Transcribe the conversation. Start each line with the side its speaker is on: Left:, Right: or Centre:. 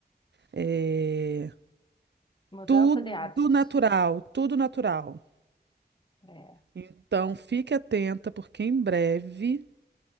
Right: É
Left: Mudança
Right: tudo
Left: de hábitos.
Right: natural, tudo natural.
Left: É.
Right: Então fique atenta porque em breve